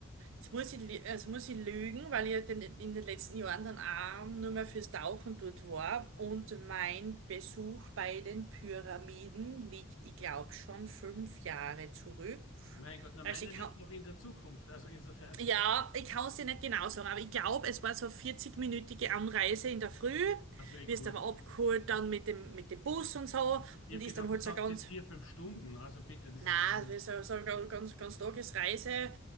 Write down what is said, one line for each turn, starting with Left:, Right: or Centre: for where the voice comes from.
Right: jetzt muss ich, lü- also muss ich lügen, weil ich ja den, in den letzten Jahren dann auch nur mehr fürs Tauchen dort war. Und mein Besuch bei den Pyramiden liegt, ich glaube, schon fünf Jahre zurück.
Left: Mein Gott, na
Right: Also
Left: meiner
Right: ich
Left: liegt
Right: kann
Left: noch in der Zukunft, also insofern.
Right: ja, ich kann es dir nicht genau sagen, aber ich glaube, es war so eine 40-minütige Anreise in der Früh,
Left: Also eh
Right: wirst
Left: cool.
Right: aber abgeholt dann mit dem, mit dem Bus und so
Left: Ich
Right: und
Left: habe
Right: ist
Left: gedacht,
Right: dann
Left: du
Right: halt
Left: sagst
Right: so ganz,
Left: jetzt vier, fünf Stunden, also bitte, das
Right: na,
Left: ist ja gar nicht.
Right: also so, so ganz, ganz, ganz Tagesreise